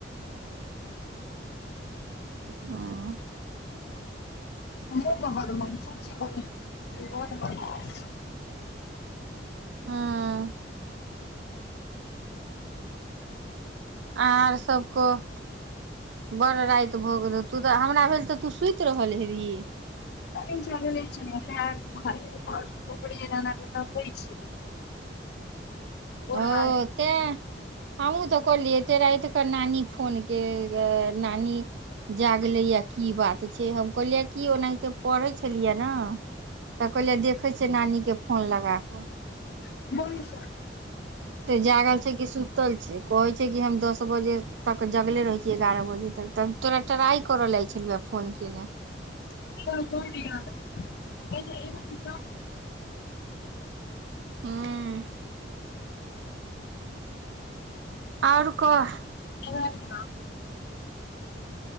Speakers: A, on the right; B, on the left.
A: हँ <unintelligible>
B: <inaudible> खुब बदमास छै बहिन बड़ बदमास छै
A: हुँ आर सब कह बड़ राति भऽ गेल तू तऽ हमरा भेल तऽ सुइत रहल हेबही
B: <inaudible> ओढ़ाबै
A: ओ तैं हमहुँ तऽ कहलियै एते रात क नानी फोन केलके नानी जागले यऽ की बात छै हम कहलियै की ओनाहिते पढ़ै छेलियै नऽ तऽ कहहिले देखे छिये नानी केँ फोन लगा कऽ
B: <unintelligible> सब
A: ते जागल छै कि सु तल छै कहै छै कि हम दस बजे तक जगले रहै छियै एगारह बजे तक तब तोरा ट्राइ करऽ लै छेलियै फोन केने
B: <inaudible>
A: हुँ आउर कह
B: <unintelligible>